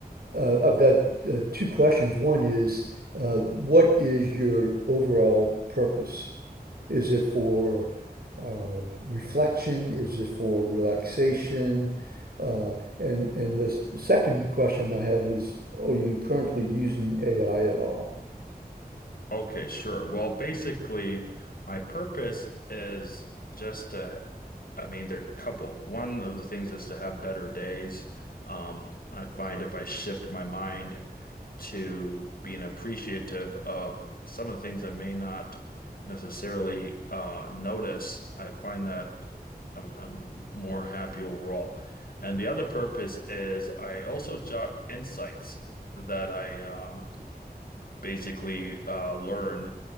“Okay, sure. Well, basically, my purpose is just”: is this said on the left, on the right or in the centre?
Left